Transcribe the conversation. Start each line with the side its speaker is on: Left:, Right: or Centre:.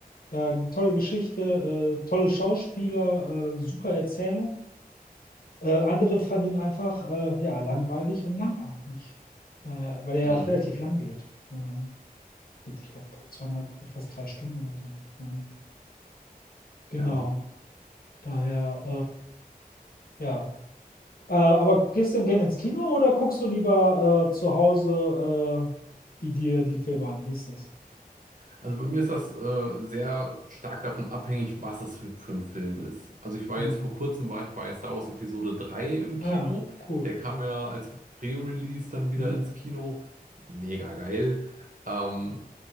Left: Äh, tolle Geschichte, äh, tolle Schauspieler, äh, super Erzählung. Äh, andere fanden ihn einfach äh, ja, langweilig und langatmig, äh, weil er ja
Right: hm,
Left: auch relativ lang geht. Äh, mit, ich glaube, zweieinhalb, fast drei Stunden oder so. Ähm, genau.
Right: ja.
Left: Daher, äh, ja, Äh, aber gehst du denn gerne ins Kino oder guckst du lieber äh, zu Hause äh, die dir die Filme an? Wie ist das?
Right: Also bei mir ist das äh, sehr stark davon abhängig, was es für, für ein Film ist. Also ich war
Left: Hm.
Right: jetzt vor kurzem war ich bei Star Wars Episode 3 im
Left: Ah,
Right: Kino.
Left: cool.
Right: Der kam ja als Re-Release dann wieder
Left: Hm.
Right: ins Kino. Mega geil. Ähm,